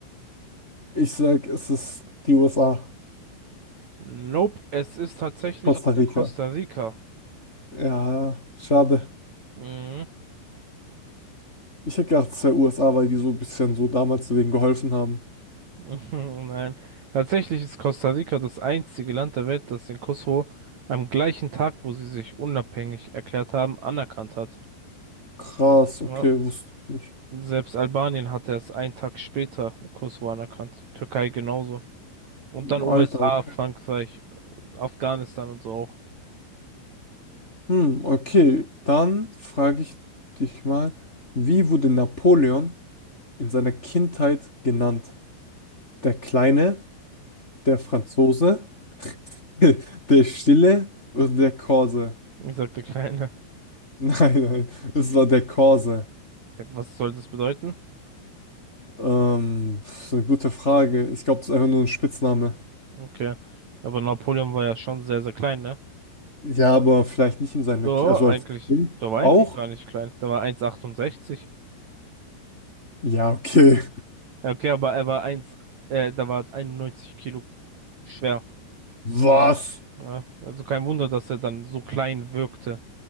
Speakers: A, on the left; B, on the right.
A: Ich sag, es ist die USA.
B: Nope, es ist tatsächlich
A: Costa Rica.
B: Costa Rica.
A: Ja, schade.
B: Mhm.
A: Ich hätte gedacht, es wäre USA, weil die so ein bisschen so damals denen geholfen haben.
B: <laughs> Nein, tatsächlich ist Costa Rica das einzige Land der Welt, das den Kosovo am gleichen Tag, wo sie sich unabhängig erklärt haben, anerkannt hat.
A: Krass, okay,
B: Ja.
A: wusste ich nicht.
B: Selbst Albanien hat erst einen Tag später Kosovo anerkannt. Türkei genauso. Und dann
A: Alter,
B: USA,
A: okay.
B: Frankreich, Afghanistan und so auch.
A: Hm, okay. Dann frage ich dich mal, wie wurde Napoleon in seiner Kindheit genannt? Der Kleine, der Franzose, <laughs> Der Stille oder der Korse.
B: Ich sag der Kleine.
A: <laughs> Nein, nein, es war der Korse.
B: Ja, Was soll das bedeuten?
A: Ähm, das ist eine gute Frage. Ich glaube, das ist einfach nur ein Spitzname.
B: Okay. Aber Napoleon war ja schon sehr, sehr klein, ne?
A: Ja, aber vielleicht nicht in seiner,
B: Ja,
A: Ki- also
B: eigentlich,
A: als Kind
B: der war
A: auch?
B: eigentlich gar nicht klein. Der war 1,68.
A: Ja, okay.
B: Ja, okay, aber er war 1, äh, da war 91 Kilo schwer.
A: <laughs> Was?
B: Ja, also kein Wunder, dass er dann so klein wirkte,